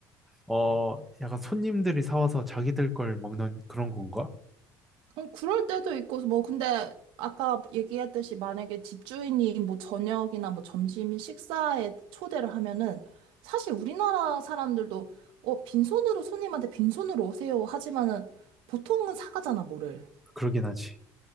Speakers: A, in the centre; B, on the right.
A: 어, 약간 손님들이 사와서 자기들 걸 먹는 그런 건가?
B: 어, 그럴 때도 있고, 뭐, 근데 아까 얘기했듯이 만약에 집주인이 뭐 저녁이나 뭐 점심 식사에 초대를 하면은 사실 우리나라 사람들도 어, 빈손으로 손님한테 빈손으로 오세요 하지만은 보통은 사가잖아, 뭐를.
A: 그러긴 하지.